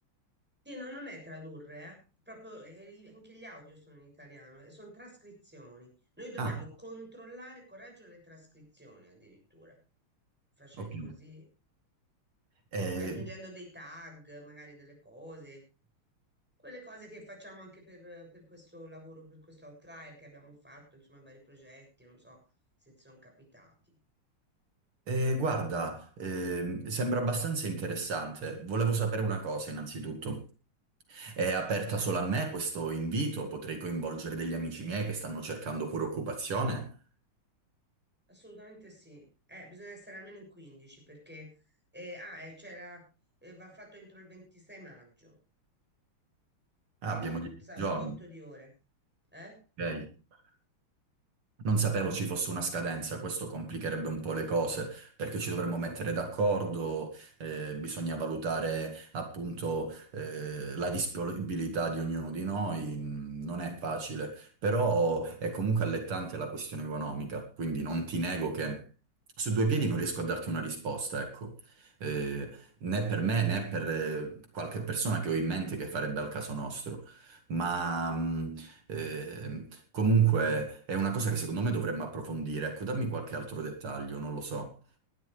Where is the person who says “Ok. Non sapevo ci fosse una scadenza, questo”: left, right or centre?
Right